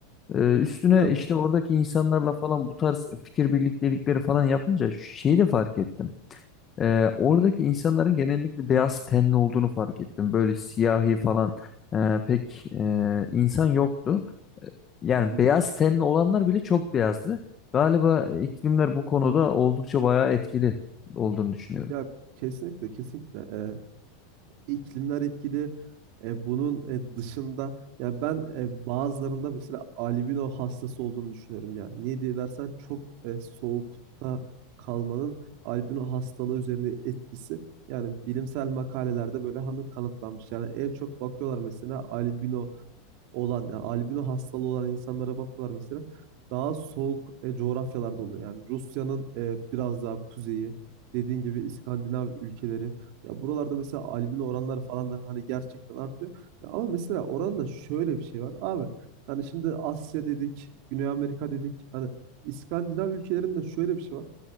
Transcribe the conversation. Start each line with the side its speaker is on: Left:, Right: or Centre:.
Left: Ee, üstüne
Right: Ya
Left: işte oradaki insanlarla falan bu tarz fikir birliktelikleri falan yapınca şeyi de fark ettim. Ee, oradaki insanların genellikle beyaz tenli olduğunu fark ettim. Böyle siyahi falan e, pek e, insan yoktu. E, Yani
Right: hı hı.
Left: beyaz tenli olanlar bile çok beyazdı. Galiba iklimler bu konuda oldukça bayağı etkili olduğunu düşünüyorum.
Right: Ya kesinlikle kesinlikle Ee, iklimler etkili Ee, bunun e, dışında ya ben e, bazılarında mesela albino hastası olduğunu düşünüyorum yani niye diye dersen çok e, soğukta kalmanın albino hastalığı üzerinde etkisi yani bilimsel makalelerde böyle hani kanıtlanmış yani en çok bakıyorlar mesela albino olan yani albino hastalığı olan insanlara bakıyorlar mesela. Daha soğuk e, coğrafyalarda oluyor. Yani Rusya'nın e, biraz daha kuzeyi, dediğin gibi İskandinav ülkeleri. Ya buralarda mesela albino oranları falan da hani gerçekten artıyor. Ya ama mesela oranda şöyle bir şey var abi. Hani şimdi Asya dedik, Güney Amerika dedik. Hani İskandinav ülkelerinde şöyle bir şey var.